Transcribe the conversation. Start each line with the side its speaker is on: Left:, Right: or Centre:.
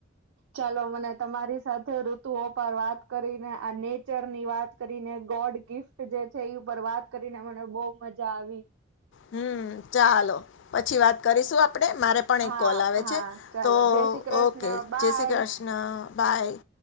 Right: ચાલો મને, તમારી સાથે ઋતુઓ પર વાત કરીને આ નેચર ની વાત કરીને ગોડ ગિફ્ટ જે છે, એ ઉપર વાત કરીને મને બહુ મજા આવી
Left: હમ, ચાલો પછી વાત કરીશું આપણે આપણે મારે પણ
Right: હા
Left: એક કોલ આવે
Right: હા
Left: છે,
Right: ચાલો
Left: તો
Right: જય શ્રી કૃષ્ણ
Left: ઓકે
Right: બાય
Left: જય શ્રી કૃષ્ણ બાય